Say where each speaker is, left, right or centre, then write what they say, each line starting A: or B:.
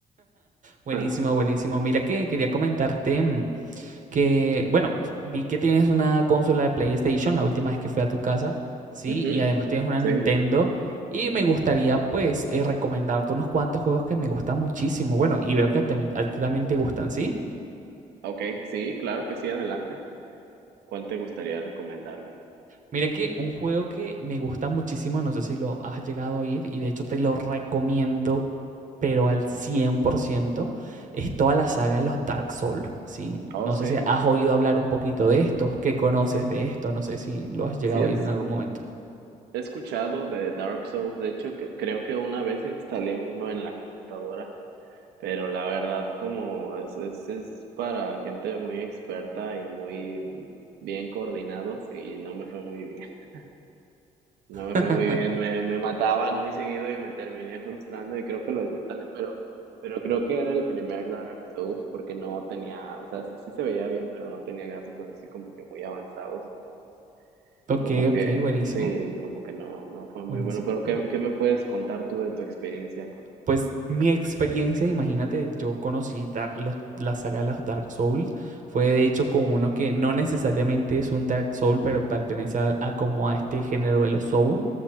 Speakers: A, on the right (about 50°); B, on the right (about 80°).
A: Buenísimo,
B: <laughs>
A: buenísimo. Mira que quería comentarte mm, que, bueno, vi que tienes una consola de PlayStation la última vez que fui a tu casa, ¿sí?
B: Ujú,
A: Y además tienes una
B: sí,
A: Nintendo. Y me gustaría, pues, eh, recomendarte unos cuantos juegos que me gustan muchísimo. Bueno, y veo que a ti a ti también te gustan, ¿sí?
B: ok, sí, claro que sí, adelante. ¿Cuál te gustaría recomendarme?
A: Mira que un juego que me gusta muchísimo, no sé si lo has llegado a oír y de hecho te lo recomiendo, pero al 100% es toda la saga de los Dark Souls, ¿sí? No
B: Oh, sí,
A: sé si has oído hablar un poquito de esto, qué conoces
B: sí,
A: de esto, no sé si lo has llegado
B: sí es,
A: a oír en algún momento.
B: he escuchado de Dark Souls. De hecho, que, creo que una vez instalé uno en la computadora. Pero la verdad, como es, es, es para gente muy experta y muy mm, bien coordinados y no me fue muy bien. <laughs> No me
A: <laughs>
B: fue muy bien, me, me mataban muy seguido y me terminé frustrando y creo que lo desinstalé, pero, pero creo que era el primer Dark Souls porque no tenía, o sea, sí, sí se veía bien, pero no tenía gráficos así como que muy avanzados, entonces
A: Ok,
B: como que
A: ok, buenísimo,
B: sí, como que no, no fue muy
A: buenísimo.
B: bueno. Pero ¿qué, qué me puedes contar tú de tu experiencia con
A: Pues mi experiencia, imagínate, yo conocí dar- los- la saga de los Dark Souls, fue de hecho con uno que no necesariamente es un Dark Soul, pero pertenece a, a como a este género de los Soul,